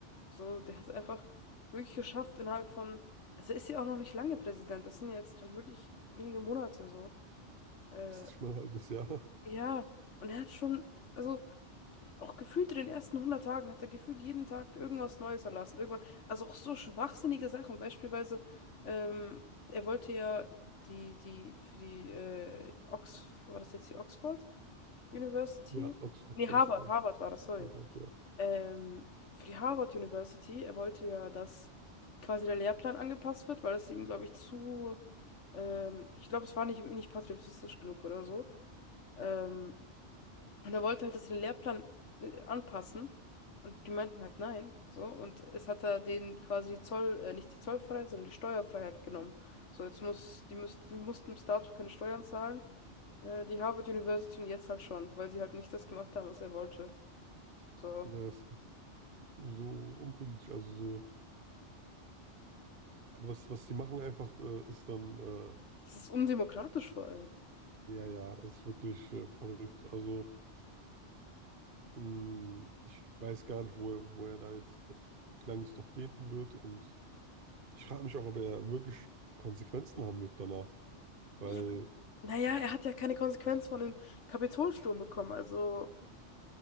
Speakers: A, on the left; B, on the right.
A: So, der hat es einfach wirklich geschafft innerhalb von, also er ist ja auch noch nicht lange Präsident, das sind ja jetzt gerade wirklich wenige Monate so. Äh,
B: das ist nicht mal ein halbes Jahr.
A: ja, und er hat schon, also auch gefühlt in den ersten 100 Tagen hat er gefühlt jeden Tag irgendwas Neues erlassen. Irgendwas, also auch so schwachsinnige Sachen. Beispielsweise, ähm, er wollte ja die, die, für die äh, Oxford, war das jetzt die Oxford University?
B: Ja, Oxford
A: Nee,
B: war
A: Harvard,
B: es, glaube
A: Harvard
B: ich.
A: war das, sorry.
B: Aber ja,
A: Ähm, für die Harvard University, er wollte ja, dass quasi der Lehrplan angepasst wird, weil es ihm, glaube ich, zu, ähm, ich glaube, es war nicht, nicht patriotistisch genug oder so. Ähm, und er wollte halt, dass sie den Lehrplan äh, anpassen. Und die meinten halt nein. So. Und es hat er denen quasi die Zoll, äh, nicht die Zollfreiheit, sondern die Steuerfreiheit genommen. So, jetzt muss, die, müsst, die mussten bis dato keine Steuern zahlen. Äh, die Harvard University und jetzt halt schon, weil sie halt nicht das gemacht haben, was er wollte. So.
B: ja, ist auch so unpolitisch, also so. Aber was, was die machen einfach, äh, ist dann, äh,
A: Das ist undemokratisch vor allem.
B: ja, ja, ist wirklich äh, verrückt. Also, mh, ich weiß gar nicht, wo er, wo er da jetzt, äh, wie lange es noch gehen wird. Und ich frage mich auch, ob er wirklich Konsequenzen haben wird danach. Weil,
A: Ja, naja, er hat ja keine Konsequenz von dem Kapitolsturm bekommen, also